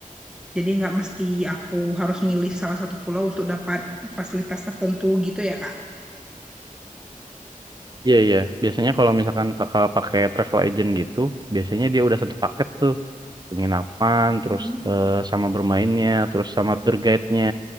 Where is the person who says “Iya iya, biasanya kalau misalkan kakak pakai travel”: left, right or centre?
Right